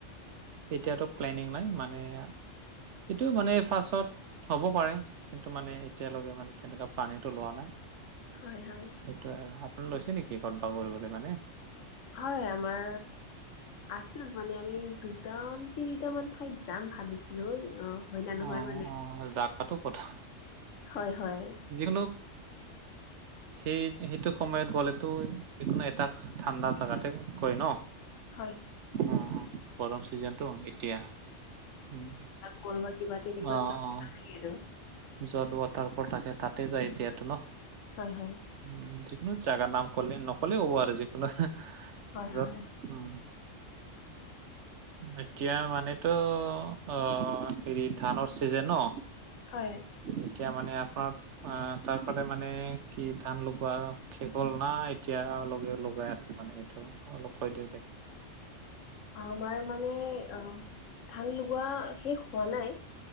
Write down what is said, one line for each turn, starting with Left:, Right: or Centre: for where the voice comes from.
Right: এতিয়াতো প্লেনিং নাই মানে এইটো মানে ফাৰ্ষ্চত হ'ব পাৰে কিন্তু মানে এতিয়ালৈকে মানে তেনেকুৱা প্লানিংটো লোৱা নাই।
Left: হয় হয়।
Right: সেইটোৱে আৰু আপুনি লৈছে নেকি কত বা কৰিবলৈ মানে।
Left: হয় আমাৰ আছিল মানে আমি দুটা তিনিটা মান ঠাইত যাম ভাবিছো। ছিলো অ হয় ন নহয়
Right: অ
Left: মানে।
Right: অ'। তাতো কথা।
Left: হয় হয়।
Right: যিকোনো সেই সেইটো সময়ত গ'লেতো যোনো এটা ঠাণ্ডা জোগাতে কয় ন।
Left: <unintelligible>
Right: অ গৰম চিজনটো এতিয়া উম
Left: ক' বা কিবা তেনে কত
Right: অ
Left: যাব
Right: অ
Left: নালাগে আৰু।
Right: য'ত ৱাটাৰ ফল থাকে তাতে যায় এতিয়াতো ন।
Left: হয় হয়।
Right: উম যিকোনো জাগাৰ নাম কলে নক'লে হ'ব আৰু যিকোনো
Left: হয়
Right: যত
Left: হয়
Right: উম। এতিয়া মানেতো অ হেৰি ধানৰ চিজনে ন।
Left: হয়
Right: এতিয়া মানে আপোনাৰ অ তাৰ ফালে মানে কি ধান লগোৱা। শেষ হ'ল না এতিয়া লগে লগাই আছে মানে এইটো অলপ কৈ দিয়ক দে।
Left: আমাৰ মানে অ ধান লগোৱা শেষ হোৱা নাই।